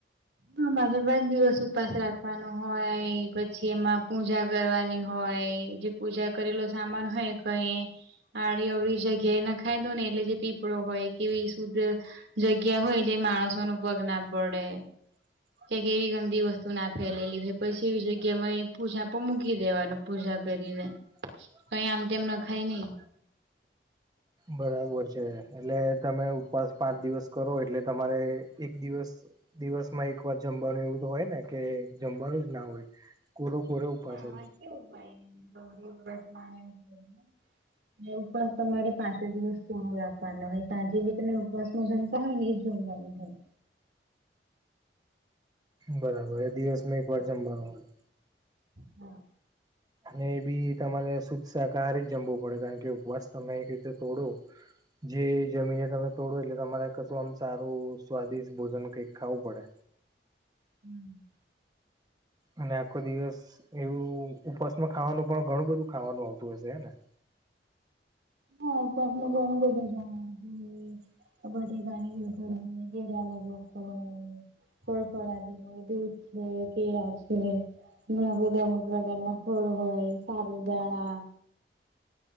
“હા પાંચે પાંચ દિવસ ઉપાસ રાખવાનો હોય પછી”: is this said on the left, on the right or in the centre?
Right